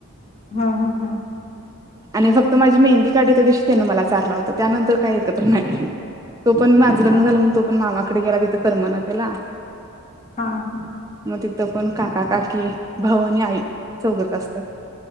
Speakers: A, on the left; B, on the right.
A: हम्म, हम्म, हम्म.
B: आणि फक्त माझी मेहंदी क तर दिसते ना मला चाारला होता त्यानंतर काही एकत्र नाही तो पण माझं
A: हा.
B: लग्न झालं तो पण मामा. तीकडे गेला तिथं करमना त्याला.
A: हा हा
B: मग तिथं पण काका काकी भाऊ आणि आई चौघच असत्यात.